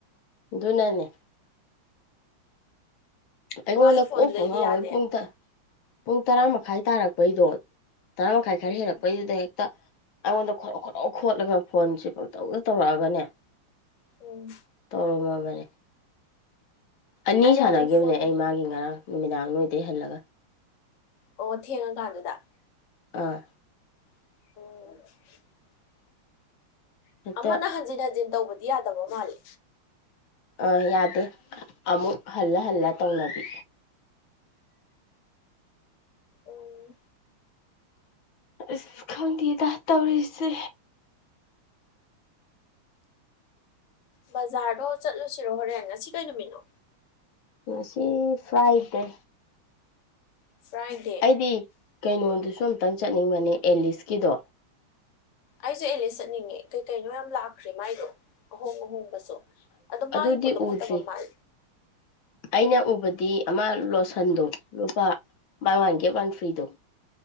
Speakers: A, on the left (about 70°); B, on the left (about 50°).
A: ꯗꯨꯅꯅꯦ ꯑꯩꯉꯣꯟꯗ
B: ꯃꯥꯒꯤ ꯐꯣꯟꯗꯨꯗꯩꯗꯤ
A: ꯀꯣꯛꯄ ꯉꯥꯎꯋꯩ
B: ꯌꯥꯗꯦꯅ
A: ꯄꯨꯡ ꯇ ꯄꯨꯡ ꯇꯔꯥ ꯃꯈꯥꯏ ꯇꯥꯔꯛꯄꯩꯗꯣ ꯇꯔꯥ ꯃꯈꯥꯏ ꯈꯔ
B: ꯎꯝ
A: ꯍꯦꯜꯂꯛꯄꯩꯗꯨꯗ ꯍꯦꯛꯇ ꯑꯩꯉꯣꯟꯗ ꯈꯣꯔꯣ ꯈꯣꯔꯣ ꯈꯣꯠꯂꯒ ꯐꯣꯟꯖꯦ ꯄꯪꯇꯧꯗ ꯇꯧꯔꯛꯑꯒꯅꯦ
B: ꯎꯝ
A: ꯇꯧꯔꯝꯃꯕꯅꯦ ꯑꯅꯤ
B: ꯑꯩꯅ
A: ꯁꯥꯟꯅꯒꯤꯕꯅꯦ
B: ꯑꯃꯨꯛ ꯐꯣꯟ
A: ꯑꯩ ꯃꯥꯒꯤ ꯉꯔꯥꯡ ꯅꯨꯃꯤꯗꯥꯡ ꯅꯣꯏꯗꯩ ꯍꯜꯂꯒ꯫
B: ꯑꯣ ꯊꯦꯡꯉꯀꯥꯟꯗꯨꯗ
A: ꯑ
B: <inaudible>
A: ꯍꯦꯛꯇ
B: ꯑꯃꯅ ꯍꯟꯖꯤꯟ ꯍꯟꯖꯤꯟ ꯇꯧꯕꯗꯤ ꯌꯥꯗꯕ ꯃꯥꯜꯂꯤ꯫
A: ꯑ ꯌꯥꯗꯦ ꯑꯃꯨꯛ ꯍꯜꯂ ꯍꯜꯂ ꯇꯧꯅꯕꯤ꯫
B: ꯎꯝ
A: ꯑꯁ ꯈꯪꯗꯦꯗ ꯇꯧꯔꯤꯁꯦ
B: ꯕꯖꯥꯔꯗꯣ ꯆꯠꯂꯨꯁꯤꯔꯣ ꯍꯣꯔꯦꯟ ꯉꯁꯤ ꯀꯩ ꯅꯨꯃꯤꯠꯅꯣ꯫
A: ꯉꯁꯤ ꯐ꯭ꯔꯥꯏꯗꯦ
B: ꯐ꯭ꯔꯥꯏꯗꯦ
A: ꯑꯩꯗꯤ ꯀꯩꯅꯣꯗꯨꯁꯨ ꯑꯝꯇꯪ ꯆꯠꯅꯤꯡꯕꯅꯦ ꯑꯦꯂꯤꯁꯀꯤꯗꯣ꯫
B: ꯑꯩꯖꯨ ꯑꯦꯂꯤꯁ ꯆꯠꯅꯤꯡꯉꯦ ꯀꯩ ꯀꯩꯅꯣ ꯌꯥꯝ ꯂꯥꯛꯈ꯭ꯔꯦ ꯃꯥꯏꯗꯣ꯫ ꯑꯍꯣꯡ ꯑꯍꯣꯡꯕꯖꯨ ꯑꯗꯣ ꯃꯥꯒꯤ
A: ꯑꯗꯨꯗꯤ
B: ꯄꯣꯠꯇꯣ ꯐꯠꯇꯕ
A: ꯎꯗ꯭ꯔꯤ
B: ꯃꯥꯜ
A: ꯑꯩꯅ ꯎꯕꯗꯤ ꯑꯃꯥ ꯂꯣꯁꯟꯗꯣ ꯂꯨꯄꯥ ꯕꯥꯏ ꯋꯥꯟ ꯒꯦꯠ ꯋꯥꯟ ꯐ꯭ꯔꯤꯗꯣ